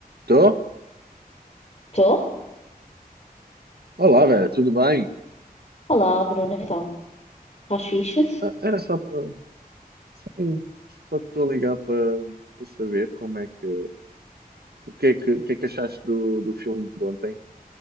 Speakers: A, on the right; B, on the left.
A: Tô?
B: Estou?
A: Olá, Vera, tudo bem?
B: Olá, Bruna, então, estás fixe?
A: Ah, era só para. Sim, só estou a ligar para para saber como é que. O que é que, o que é que achaste do, do filme de ontem?